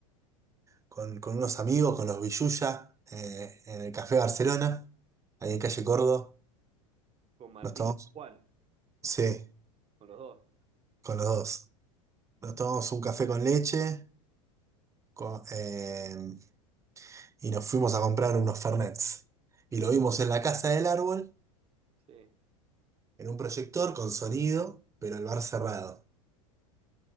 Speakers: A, on the right (about 15°); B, on the right (about 35°).
A: con, con unos amigos, con los Villuya, eh, en el Café Barcelona, ahí en calle Córdoba.
B: Con Martín
A: Nos tomamos,
B: y Juan,
A: sí,
B: con los dos.
A: con los dos. Nos tomamos un café con leche con- eh, y nos fuimos a comprar unos Fernets. Y lo vimos en la casa del árbol,
B: Sí,
A: en un proyector con sonido, pero el bar cerrado.